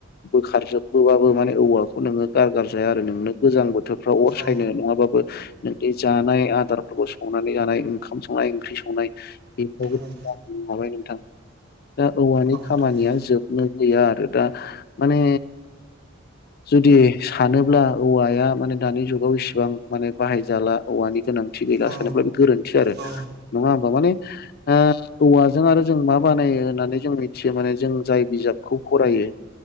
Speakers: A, on the left (about 45°); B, on the right (about 50°).
A: बोखार जोबहोबाबो माने औवाखौ नोङो गारगारजाया आरो नोंनो गोजां बो बोथोरफ्राव अर सायनो
B: औ
A: नङाबाबो नोंनि जानाय आदारफोरखौ संनानै जानाय ओंखाम संनाय ओंख्रि संनाय बेफोरावबो
B: औ औ
A: <unintelligible> हाबाय नोंथां दा औवानि
B: औ नोंथां
A: खामानिया जोबनो गैया आरो दा माने जुदि सानोब्ला औवाया माने दानि जुगाव इसिबां माने बाहायजाला औवानि गोनां दि गैला
B: औ
A: सानोब्ला बे गोरोन्थि आरो
B: औ
A: नङा होबा माने ओ औवाजों आरो जों मा बानायो होननानै जों मिथियो माने जों जाय बिजाबखौ फरायो।